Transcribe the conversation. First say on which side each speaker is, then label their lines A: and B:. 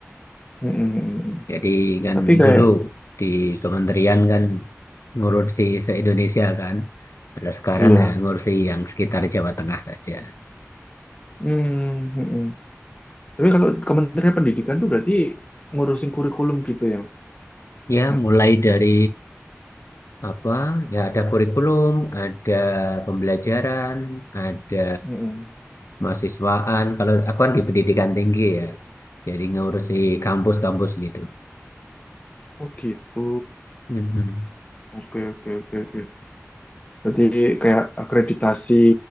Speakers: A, on the left; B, on the left.
A: Hmm, hmm, hmm, hmm.
B: Jadi kan
A: Tapi kayak,
B: dulu di kementerian kan ngurusi se-Indonesia kan, kalau sekarang
A: iya.
B: ya ngurusi yang sekitar Jawa Tengah saja.
A: Hmm, hmm, hmm. Tapi kalau Kementerian Pendidikan tuh berarti ngurusin kurikulum gitu ya,
B: Ya
A: Mas.
B: mulai dari apa ya ada kurikulum, ada pembelajaran, ada
A: Hmm, hmm.
B: mahasiswaan. Kalau aku kan di pendidikan tinggi ya, jadi ngurusi kampus-kampus gitu.
A: Oh gitu.
B: Mhm.
A: Oke, oke, oke, oke. Berarti kayak akreditasi